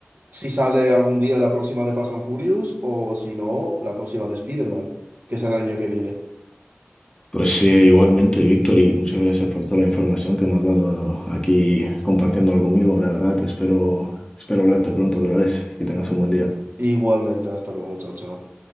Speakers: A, on the right; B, on the left.
A: si sale algún día la próxima de Fast and Furious o si no, la próxima de Spider-Man, que será el año que viene.
B: Pues eh, igualmente, Víctor, y muchas gracias por toda la información que me has dado aquí compartiéndolo conmigo. La verdad, espero, espero hablarte pronto otra vez. Que tengas un buen día.
A: Igualmente, hasta luego, chao, chao.